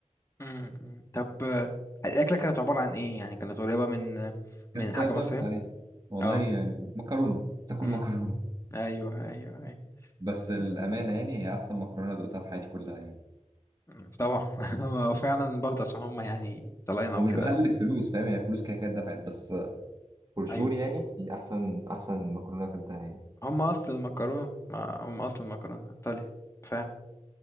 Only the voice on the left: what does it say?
مم، مم. طب آه، الاكله كانت عباره عن ايه يعني كانت قريبه من
من حاجه
مصريه
اه
مم.
ايوه ايوه ايوه
آه،
مم، طبعا <laughs> هو فعلا برضه عشان هم يعني طلعنا
وكده
ايوه
هم اصل المكرونه ما هم اصل المكرونه ايطالي فعلا